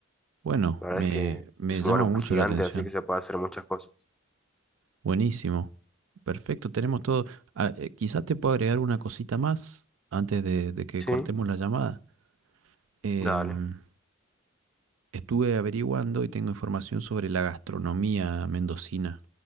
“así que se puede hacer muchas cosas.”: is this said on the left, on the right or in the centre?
Centre